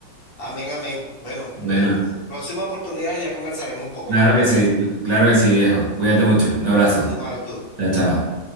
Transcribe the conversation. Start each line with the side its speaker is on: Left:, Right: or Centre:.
Left: Amén, amén. Bueno,
Right: Bueno,
Left: en la próxima oportunidad ya conversaremos un poco
Right: claro
Left: más,
Right: que
Left: ¿te
Right: sí,
Left: parece?
Right: cl- claro que sí, viejo. Cuídate mucho. Un abrazo.
Left: Igual tú.
Right: Chao, chao.